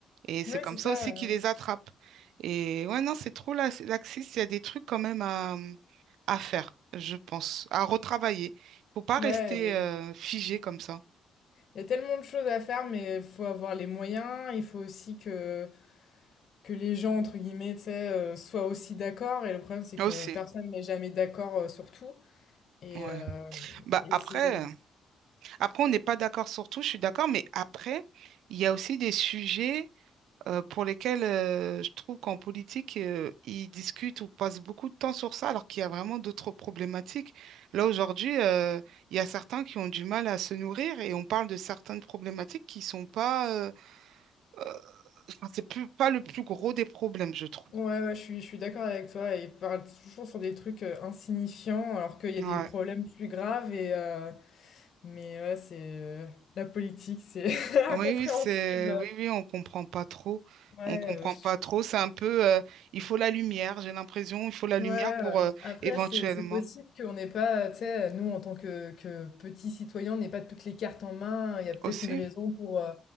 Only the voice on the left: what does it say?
ouais,
c'est
ça.
Ouais,
Ouais,
il y a tellement de choses à faire, mais il faut avoir les moyens. Il faut aussi que que les gens, entre guillemets, tu sais, euh, soient aussi d'accord. Et le problème, c'est
que personne n'est jamais d'accord euh, sur tout. Et,
euh,
et
c'est...
Ouais, ouais, je suis, je suis d'accord avec toi. Et ils parlent toujours sur des trucs euh, insignifiants, alors qu'il y
a des problèmes plus graves. Et, euh, mais ouais, c'est... euh, la politique, c'est <laughs> incompréhensible.
Ouais,
euh,
Ouais,
ouais.
Après,
c'est c'est possible qu'on n'ait pas, tu sais, nous, en tant que, que petits citoyens, on n'ait pas toutes les cartes en main. Il y a peut-être
une raison pour, euh,